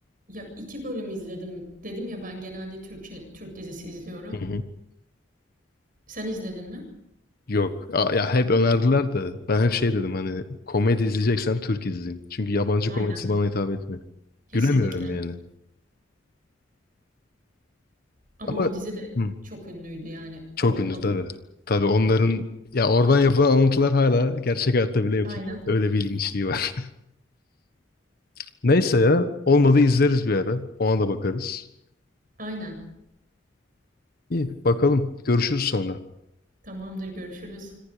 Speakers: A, on the right; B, on the left.
A: Ya iki bölüm izledim dedim ya ben genelde Türkçe Türk dizisi izliyorum.
B: Hı hı.
A: Sen izledin mi?
B: Yok. Aa, ya hep önerdiler de ben hep şey dedim hani komedi izleyeceksem Türk izleyeyim. Çünkü yabancı
A: Aynen.
B: komedisi bana hitap etmiyor.
A: Kesinlikle.
B: Gülemiyorum yani.
A: Ama
B: Ama
A: o dizi de
B: hı,
A: çok ünlüydü yani
B: çok
A: o
B: ünlü
A: adam.
B: tabii. Tabii onların ya oradan yapılan alıntılar hala gerçek hayatta bile yapılıyor.
A: Aynen.
B: Öyle bir ilginçliği var. <laughs> Neyse ya olmadı izleriz bir ara. Ona da bakarız.
A: Aynen.
B: İyi bakalım. Görüşürüz sonra.
A: Tamamdır, görüşürüz.